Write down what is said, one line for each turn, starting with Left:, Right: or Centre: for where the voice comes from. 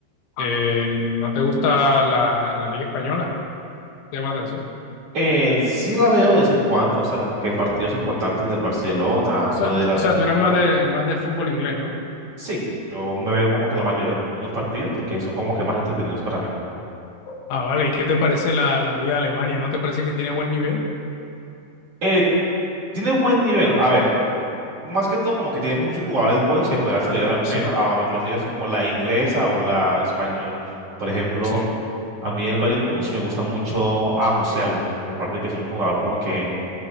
Left: Eh, ¿no te gusta la, la Liga Española? ¿Te llama la atención?
Right: Eh, sí la veo de vez en cuando, o sea, como que partidos importantes del Barcelona
Left: O
Right: o
Left: sea,
Right: de la
Left: o sea, tú eres más
Right: Real Madrid.
Left: de, más del fútbol inglés, ¿no?
Right: Sí, yo me veo como que la mayoría de los partidos porque son como que más entretenidos para mí.
Left: Ah, vale. ¿Y qué te parece la, la Liga de Alemania? ¿No te parece que tiene buen nivel?
Right: Eh, tiene buen nivel. A ver. más que todo como que tiene muchos jugadores buenos que podrán salir a, la- me-
Left: Sí,
Right: a mejores ligas como la inglesa o la española. Por ejemplo,
Left: sí.
Right: a mí el Bayern Múnich me gusta mucho a Musiala. Me parece que es un jugador como que